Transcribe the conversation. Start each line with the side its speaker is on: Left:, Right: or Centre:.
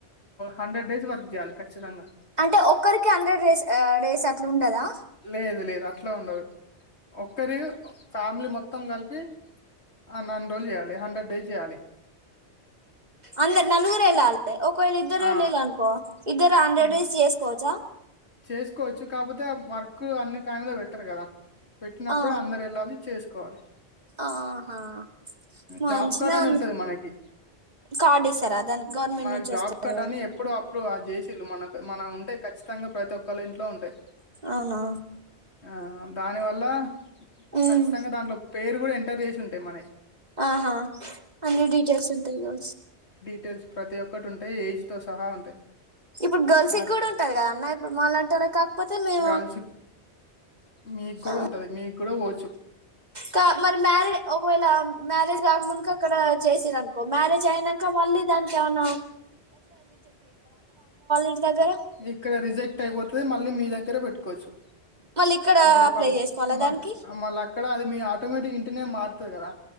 Left: హండ్రెడ్ డేస్ వర్క్ చేయాలి ఖచ్చితంగా
Right: అంటే ఒక్కరికి హండ్రెడ్ డేస్ డేస్ అట్లా ఉండదా
Left: లేదు లేదు అట్లా ఉండదు ఒక్కరే ఫ్యామిలీ మొత్తం కలిపి అన్ని అన్ని రోజులు చేయ్యాలి హండ్రెడ్ డేస్ చెయ్యాలి
Right: అందరు నలుగురు ఎల్లాలి ఒక్కరు ఇద్దరు
Left: ఆ
Right: వెళ్ళిండ్రు అనుకో ఇద్దరు హండ్రెడ్
Left: ఇద్-
Right: డేస్ చేసుకోవచ్చా
Left: చేసుకోవచ్చు కాపోతే వర్క్ అన్ని టైమ్ లో పెట్టరు కదా పెట్టినప్పుడు
Right: ఆ,
Left: అందరు వెళ్ళాలి చేసుకో కోవాలి
Right: ఆహా మంచిగా
Left: జాబ్ కార్డ్ అని
Right: ఉంది
Left: ఉంటది మనకి
Right: కార్డు ఇస్తారా దానికి గవర్నమెంట్
Left: మనకి
Right: నుంచి
Left: జాబ్
Right: వస్తుంది
Left: కార్డ్ అని ఎప్పుడు అప్పుడు చేసిండ్రు మనకు మన ఉంటాయి కచ్చి కచ్చితంగా ప్రతి ఒక్కళ్ళ ఇంట్లో ఉంటాయి
Right: అవునా
Left: ఆ దాని వల్ల
Right: ఉమ్,
Left: ఖచ్చితంగా దాంట్లో పేరు కూడా ఎంటర్ చేసి ఉంటాయి మనవి
Right: ఆహా అన్ని డీటెల్స్ ఉంటాయి కావచ్చు
Left: డీటెల్స్ ప్రతి ఒక్కటి ఉంటాయి ఏజ్ తో సహా ఉంటాయి
Right: ఇప్పుడు గర్ల్స్కి
Left: ఆ
Right: కూడా ఉంటారు కదా అన్నయి ఇప్పుడు మలాంటి టి వాళ కాకపోతే మేము
Left: గర్ల్స్ మీకు కూడా
Right: ఆ
Left: ఉంటది మీకు కూడా పోవచ్చు
Right: కా మరి మ్యారేడ్, ఒకవేళ మ్యారేజ్ కాకముందుక అక్కడ చేసర అనుకో మ్యారేజ్ అయినాక మళ్ళీ దానికి ఏమనా ఇంటి దగ్గర
Left: ఇక్కడ రిజెక్ట్ అయిపోతే మళ్ళీ మీ దగ్గర పెట్టుకోవచ్చు.
Right: మళ్ళీ ఇక్కడ
Left: మళ్ళీ
Right: అప్లై
Left: పల్
Right: చేసుకోవాలా
Left: మ
Right: దానికి
Left: మళ్ళీ అక్కడ అది మీ ఆటోమేటిక్ ఇంటినే మారుతుంది కదా